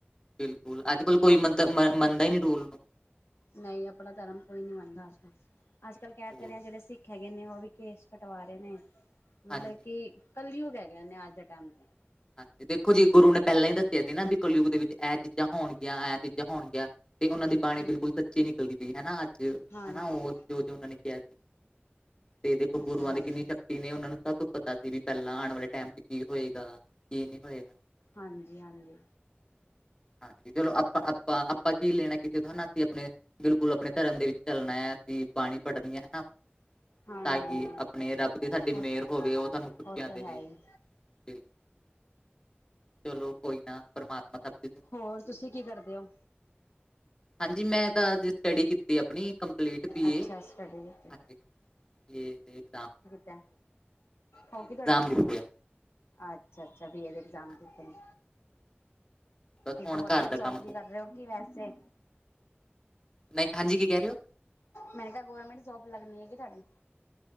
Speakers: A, on the left; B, on the left.
A: ਬਿਲਕੁਲ, ਅੱਜ-ਕੱਲ ਕੋਈ ਮੰਤਲ ਮੰਨਦਾ ਹੀ ਨੀ ਰੂਲ ਨੂੰ।
B: ਨਹੀਂ, ਅਪਣਾ ਧਰਮ ਕੋਈ ਨੀ ਮਣਦਾ ਅੱਜ-ਕੱਲ, ਅੱਜ-ਕੱਲ ਕੈ
A: ਹੋਰ,
B: ਤੇ ਰਏ ਆ ਜੇੜੇ ਸਿੱਖ ਖ ਹੈਗੇ ਨੇ ਓ ਵੀ ਕੇਸ ਕਟਵਾ ਰੇ ਨੇ ਮਤਲਬ
A: ਹਾਂਜੀ
B: ਕਿ ਕੱਲਯੁੱਗ ਹੋਗੈ ਨੇ ਅੱਜ ਦੇ ਟੈਮ ਤੇ।
A: ਹਾਂਜੀ, ਦੇਖੋ ਜੀ ਗੁਰੂ ਨੇ ਪੈਲਾਂ ਹੀ ਦੱਸਿਆ ਸੀ ਨਾ ਬਈ ਕਲਯੁਗ ਦੇ ਵਿੱਚ ਐ ਚੀਜ਼ਾਂ ਹੋਣਗੀਆਂ ਐ ਚੀਜ਼ਾਂ ਹੋਣਗੀਆਂ। ਤੇ ਓਨਾਂ ਦੀ ਬਾਣੀ
B: ਹਾਂ
A: ਬਿਲਕੁਲ ਸੱਚੀ ਨਿਕਲਦੀ ਪੀ ਏ ਹੈਨਾ ਅੱਜ ਹੈਨਾ
B: ਹਾਂਜੀ
A: ਓਹ ਜੋ-ਜੋ ਉਨਾਂ ਨੇ ਕਿਹਾ। ਤੇ ਦੇਖੋ
B: ਉਹ
A: ਗੁਰੂਆਂ
B: ਤਾਂ ਹੈ
A: ਦੀ
B: ਹੀ
A: ਕਿੰਨੀ ਸ਼ਕ ਤੀ ਨੇ ਓਨਾਂ ਨੂੰ ਸਭ ਕੁਝ ਪਤਾ ਸੀ ਬੀ ਪੈਲਾਂ ਆਣ ਵਾਲੇ ਟੈਮ ਚ ਕੀ ਹੋਏਗਾ ਕੀ ਨੀ ਹੋਏਗਾ।
B: ਹਾਂਜੀ-ਹਾਂਜੀ।
A: ਹਾਂਜੀ, ਚਲੋ ਅਪਾਂ-ਅਪਾਂ-ਅਪਾਂ ਕੀ ਲੇਣਾ ਕਿਸੇ ਤੋ ਹੈਨਾ, ਅਸੀਂ ਅਪਣੇ ਬਿਲਕੁਲ, ਅਪਣੇਂ ਧਰਮ ਦੇ ਵਿੱਚ ਚੱਲਣੈ, ਅਸੀਂ ਬਾਣੀ ਪੜਨੀ ਐ ਹੈਨਾ।
B: ਹਾਂਜੀ
A: ਤਾਕੀ ਅਪਣੇ ਰੱਬ ਦੀ ਸਾਡੀ
B: ਉਹ
A: ਮੇਰ ਹੋਵੇ, ਓਹ ਸਾਨੂੰ ਖੁੱਚੀਆਂ
B: ਉਹ ਤਾਂ
A: ਦੇਵੇ।
B: ਹੈ ਹੀ
A: ਵੇ ਚਲੋ, ਕੋਈ ਨਾ ਪਰਮਾਤਮਾ ਸਭ ਦੀ
B: ਹੋਰ, ਤੁਸੀਂ ਕੀ ਕਰਦੇ ਔ?
A: ਹਾਂਜੀ, ਮੈਂ ਤਾਂ ਅੱਜ ਸਟੱਡੀ ਕੀਤੀ ਅਪਣੀ ਕੰਪਲੀਟ ਬੀ
B: ਅੱਛਾ
A: ਏ।,
B: ਸਟੱਡੀ ਕੀਤੀ
A: ਹਾਂਜੀ, ਬੀ ਏ ਦੇ ਏਗਜ਼ਾਮ
B: ਕੈਂ, ਹੋਗੀ ਤੁਹਾਡੀ
A: ਦਿੱਤੇ ਆ
B: ਅੱਛਾ-ਅੱਛਾ, ਬੀ ਏ ਦੇ ਐਗਜ਼ਾਮ
A: ਹਾਂਜੀ,
B: ਦਿੱਤੇ ਨੇ।
A: ਬਸ
B: ਤੇ
A: ਹੁਣ
B: ਗੌਰਮੈਂਟ
A: ਘਰ ਦਾ
B: ਜੋਬ
A: ਕੰਮ
B: ਲਈ
A: ਕੁਮ
B: ਕਰ ਰੇ ਔ ਕਿ ਵੈਸੇ?
A: ਨਹੀਂ, ਹਾਂਜੀ ਕੀ ਕੈ ਰੇ ਔ?
B: ਮੈਨੇ ਕਹਾ, ਗੌਰਮੈਂਟ ਜੋਬ ਲੱਗਣੀ ਏ ਕੇ ਤੁਐਡੀ?